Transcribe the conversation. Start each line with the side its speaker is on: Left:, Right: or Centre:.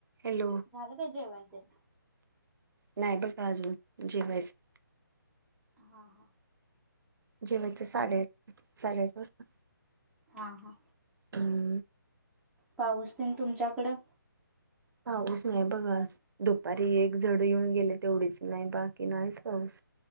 Right: Hello
Centre: झालं काय जेवण तेन?
Right: नाही बघा, अजून जेवायचं.
Centre: हा हा.
Right: जेवायचं साडेआठ
Centre: पाऊ
Right: साडेआठ वाजता.
Centre: हा हा.
Right: हम्म,
Centre: पाऊस तेन तुमच्याकडं?
Right: पाऊस नाई बघ आज. दुपारी एक जड येऊन गेले तेवढीच, नाही बाकी नाहीच पाऊस.